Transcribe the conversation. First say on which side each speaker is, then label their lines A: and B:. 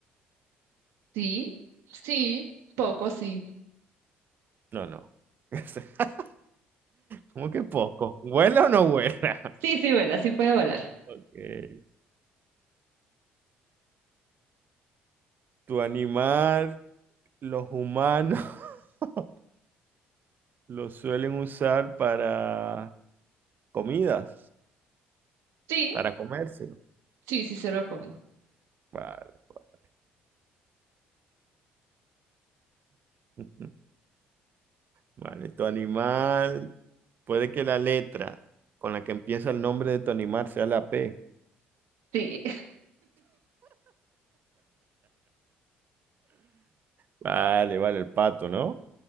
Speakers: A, on the right; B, on the right.
A: Sí, sí, poco sí.
B: No, no. <laughs> ¿Cómo que poco? ¿Vuela o no vuela? <laughs>
A: Sí, sí vuela, sí puede volar.
B: Ok. ¿Tu animal, los humanos, <laughs> lo suelen usar para comidas,
A: Sí,
B: para comérselo?
A: sí, sí se lo comen.
B: Vale. <laughs> vale. Vale, tu animal, puede que la letra con la que empieza el nombre de tu animal sea la P.
A: Sí.
B: Vale, vale, el pato, ¿no?